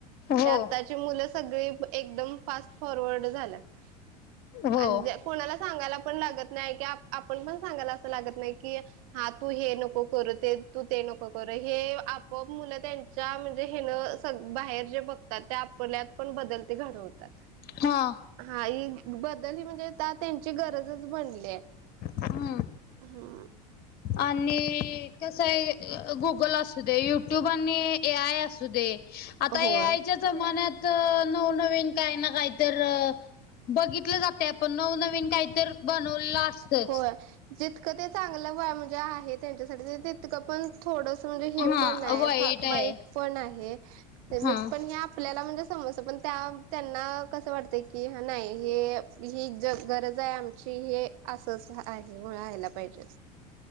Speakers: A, on the left (about 45°); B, on the right (about 60°).
A: हो.
B: ते आत्ताची मुलं सगळे एकदम फास्ट फॉरवर्ड झालेत
A: हो
B: आणि कोणालाच सांगायला पण लागत नाही की आपण पण सांगायला असं लागत नाही की हा तू हे नको कर ते तू ते नको कर हे अप ओप मुला त्यांच्या म्हणजे हेन सग बाहेर जे बघतात ते आपल्यात पण बदलते घडवतात.
A: हा
B: हा ह बदल ह म्हणजे त्यांची गरजच बनलीय
A: हम्म.
B: हा.
A: आणि कसं आहे गुगल असू दे युट्यूब आणि ए आय असू दे आता
B: होय.
A: यायच्या जमान्यात नवनवीन काय ना काही तर बघितलं जाते आपण नवनवीन काहीत बनवलं असतच.
B: होय. जितकं ते चांगलं वय म्हणजे आहे त्यांच्यासाठी तितकं पण थोडस म्हणजे हे
A: हा
B: पण आहे फ
A: आहे
B: वाईट पण आहे.
A: हा
B: पण हे आपल्याला म्हणजे समज पण त्या त्यांना कसं वाटत की नाही हे ह जग गरज आहे आमची हे असंच आहे मुळयला पाहिजे.